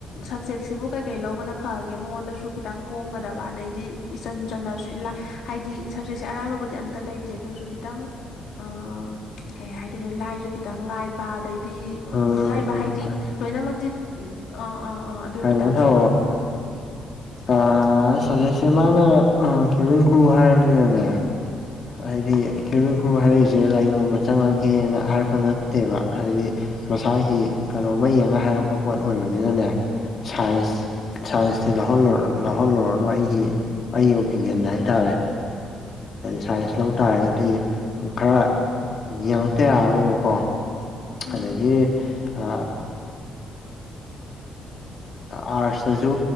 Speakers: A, on the left (about 75°); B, on the left (about 50°).
A: ꯁꯞꯖꯦꯛꯁꯤꯕꯨ ꯀꯩ ꯀꯩ ꯂꯧꯕꯅ ꯐꯒꯦ ꯃꯉꯣꯟꯗꯁꯨ ꯈꯤꯇꯪ ꯀꯣꯝꯒꯗꯕ ꯑꯗꯩꯗꯤ ꯏꯆꯟ ꯆꯟꯅꯁꯨ ꯍꯥꯏꯗꯤ ꯁꯞꯖꯦꯛꯁꯦ ꯑꯔꯥꯏꯥꯟꯕꯕꯨꯗꯤ ꯑꯝꯇ ꯂꯩꯇꯦ ꯑꯗꯨꯁꯨ ꯈꯤꯇꯪ ꯑ ꯀꯩ ꯍꯥꯏꯗꯣꯏꯅ ꯂꯥꯏꯁꯨ ꯈꯤꯇꯪ ꯂꯥꯏꯕ ꯑꯗꯩ
B: ꯎꯝ
A: ꯂꯥꯏꯕ
B: ꯎꯝ
A: ꯍꯥꯏꯗꯤ ꯂꯣꯏꯅꯃꯛꯇꯤ ꯑꯥ ꯑꯥ ꯑꯗꯨ
B: ꯍꯂꯣ
A: ꯈꯤꯇꯪꯁꯨ
B: ꯍꯣ
A: ꯑꯗꯨꯝ
B: ꯑ ꯍꯧꯖꯤꯛꯁꯦ ꯃꯥꯅ ꯈꯦꯕꯦꯟ ꯈꯨꯔꯨ ꯍꯥꯏꯔꯕꯝꯅꯤꯅꯅꯦ ꯍꯥꯏꯗꯤ ꯈꯤꯔꯕꯈ ꯍꯥꯏꯔꯛꯏꯁꯦ ꯂꯥꯏꯔꯤꯛ ꯂꯣꯝꯕ ꯆꯪꯉꯛꯒꯦꯅ ꯍꯥꯏꯔꯛꯄ ꯅꯠꯇꯦꯕ ꯍꯥꯏꯗꯤ ꯃꯁꯥꯒꯤ ꯀꯩꯅꯣꯝꯃ ꯌꯦꯡꯉꯒ ꯍꯥꯏꯔꯛꯄ ꯄꯣꯠ ꯑꯣꯏꯕꯅꯤꯅꯅꯦ ꯁꯥꯏꯟꯁ ꯁꯥꯏꯟꯁꯇ ꯂꯧꯍꯜꯂ ꯂꯥꯎꯍꯜꯂꯨꯔꯅꯨ ꯑꯩꯁꯤ ꯑꯩꯒꯤ ꯑꯣꯄꯤꯅꯤꯌꯟꯗ ꯍꯥꯏꯇꯥꯔꯦ ꯁꯥꯏꯟꯁ ꯂ ꯇꯥꯔꯒꯗꯤ ꯈꯔ ꯌꯦꯡꯉꯇ ꯌꯥꯔꯔꯣꯏꯕꯀꯣ
A: ꯎꯝ
B: ꯑꯗꯒꯤ ꯑ ꯑꯥꯔꯠꯁꯇꯁꯨ